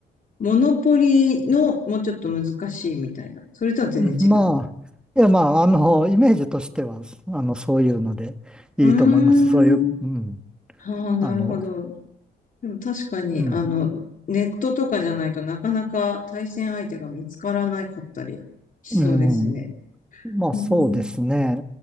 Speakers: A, on the left; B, in the centre.
A: モノポリのもうちょっと難しいみたいな。それとは全然違う。
B: うん <laughs> まあ、いや、まあ、あの、イメージとしては、あの、そういうのでいいと思います。
A: うーん。
B: そういう、うん、
A: ああ、なるほど。
B: あの、
A: でも確かに、
B: うん、
A: あの、ネットとかじゃないとなかなか対戦相手が見つからなかったりしそうですね。
B: うん、まあ、
A: うん
B: そうですね。